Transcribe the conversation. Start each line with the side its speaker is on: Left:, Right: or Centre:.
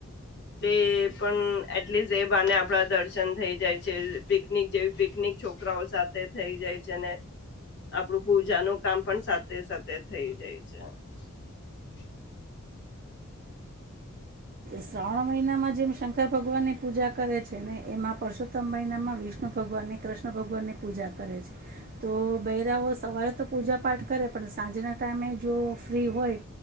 Left: તે પણ એટલીસ્ટ એ બાને આપડા દર્શન થઈ જાય છે પિકનિક જેવી પિકનિક છોકરાઓ સાથે થઈ જાય છે ને આપણું પૂજાનું કામ પણ સાથે સાથે થઇ જાય છે બધું કામ થઇ જાય સે.
Right: શ્રાવણ મહિનામાં જેમ શંકર ભગવાન ની પૂજા કરે છે ને એમાં. પરશોત્મ મહિમાં વિષ્ણુ ભગવાનની કૃષ્ણ ભગવાનની પૂજા કરે છે તો બૈરાવો સવારે તો પૂજા પાઠ કરે પણ સાંજના ટાઈમે જો ફ્રી હોય